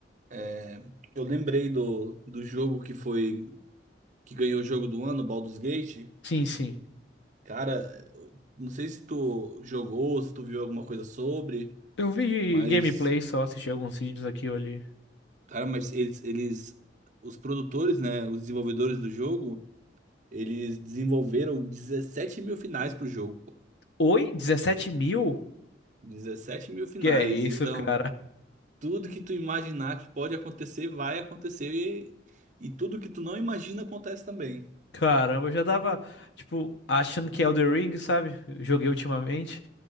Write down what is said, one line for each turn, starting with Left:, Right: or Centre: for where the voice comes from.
Right: é, eu lembrei do, do jogo que foi, que ganhou o jogo do ano, Baldur's Gate.
Left: Sim, sim.
Right: Cara, eu não sei se tu jogou, se tu viu alguma coisa sobre,
Left: Eu vi
Right: mas.
Left: gameplay só, assisti alguns vídeos aqui ou ali.
Right: Cara, mas eles, eles, os produtores, né, os desenvolvedores do jogo, eles desenvolveram 17 mil finais pro jogo. pô.
Left: Oi? dezessete mil?
Right: 17 mil finais.
Left: Que é isso,
Right: Então,
Left: cara?
Right: tudo que tu imaginar que pode acontecer, vai acontecer. E, e tudo que tu não imagina acontece também.
Left: <laughs> Caramba, eu já tava, tipo, achando que Elden Ring, sabe? Eu Joguei ultimamente.